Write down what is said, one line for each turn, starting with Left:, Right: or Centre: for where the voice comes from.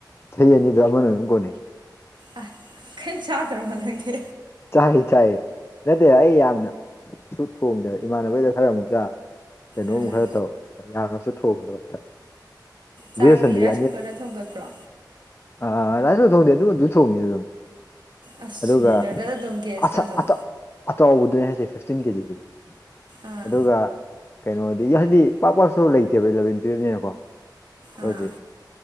Left: ꯆꯍꯤ ꯑꯅꯤꯗ ꯑꯃꯅ ꯑꯗꯨꯝ ꯀꯣꯟꯅꯩ
Right: ꯑꯥꯏ ꯈꯩ ꯆꯥꯗ꯭ꯔꯕꯣ ꯅꯪꯗꯤ
Left: ꯆꯥꯏꯌꯦ ꯆꯥꯏꯌꯦ ꯅꯠꯇꯦ ꯑꯩ ꯌꯥꯝꯅ ꯁꯨ ꯊꯣꯡꯗ꯭ꯔꯦ ꯏꯃꯥꯟꯅꯕꯩꯗ ꯈꯔ ꯑꯃꯨꯛ ꯆꯥ ꯀꯩꯅꯣ
Right: ꯑꯥ
Left: ꯑꯃꯨꯛ ꯈꯔ ꯇꯧ ꯌꯥꯝꯅꯁꯨ ꯊꯣꯡꯗꯕ
Right: ꯆꯥꯛꯇꯤ
Left: ꯒ꯭ꯔꯦꯖꯨꯑꯦꯁꯟꯗꯗꯤ
Right: ꯔꯥꯏꯁ ꯀꯨꯀ꯭ꯔꯗ ꯊꯣꯡꯒꯠꯄ꯭ꯔꯣ
Left: ꯑꯥ ꯔꯥꯏꯖꯀꯨ ꯊꯣꯡꯗꯦ ꯑꯗꯨ ꯑꯗꯨ ꯊꯣꯡꯉꯦ ꯑꯗꯨꯝ
Right: ꯑꯁ
Left: ꯑꯗꯨꯒ
Right: ꯁꯤꯂꯤꯟꯗꯔꯗ ꯑꯗꯨꯝ ꯒ꯭ꯌꯥꯁꯇ
Left: ꯑꯆꯥ
Right: ꯑꯗꯨꯝ
Left: ꯑꯇꯞ ꯑꯆꯥꯎꯕꯗꯨꯅꯦ ꯍꯥꯏꯁꯦ ꯐꯤꯐꯇꯤꯟ ꯀꯦꯖꯤꯒꯤꯗꯣ
Right: ꯑꯥ
Left: ꯑꯗꯨꯒ ꯀꯩꯅꯣꯗꯤ ꯍꯥꯏꯗꯤ ꯄꯥꯛ ꯄꯥꯛꯁꯨ ꯂꯩꯇꯦꯕ ꯏꯂꯚꯦꯟ ꯇꯨꯋꯦꯜꯞꯅꯤꯅꯀꯣ ꯑꯩꯈꯣꯏꯒꯤ
Right: ꯑꯥ